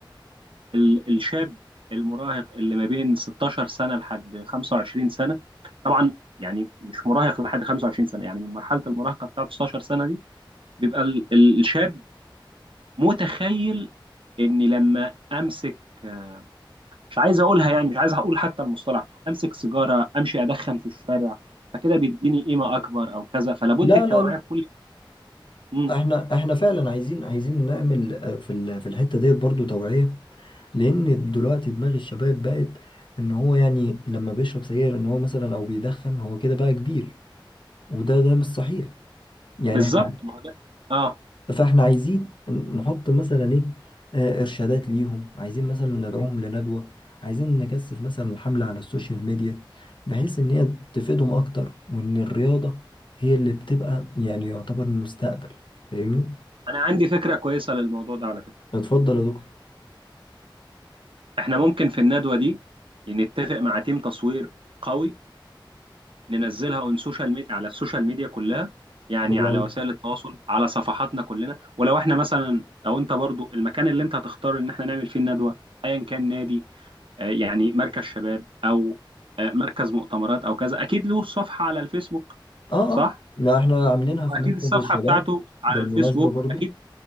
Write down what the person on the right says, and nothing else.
فالشاب المراهق اللي ما بين 16 سنة لحد 25 سنة طبعا يعني مش مراهق لحد 25 سنة يعني من مرحلة المراهقة بتاعت 16 سنة دي بيبقى ال- ال- الشاب متخيل إني لما أمسك آه، مش عايز اقولها يعني مش عايز اقول حتى المصطلح امسك سيجاره امشي ادخن في الشارع فكده بيديني قيمه اكبر او كذا فلابد
التوعيه
بكل امم
بالظبط
ما هو ده اه
انا عندي فكره كويسه للموضوع ده على فكره
احنا ممكن في الندوه دي نتفق مع تيم تصوير قوي ننزلها اون سوشيال ميديا على السوشيال ميديا كلها يعني
على
وسائل التواصل على صفحاتنا كلنا ولو احنا مثلا لو انت برضو المكان اللي انت هتختار ان احنا نعمل فيه الندوه ايا كان نادي آه، يعني مركز شباب او آه، مركز مؤتمرات او كذا اكيد له صفحه على الفيسبوك
صح
واكيد
الصفحه
بتاعته على
الفيسبوك
اكيد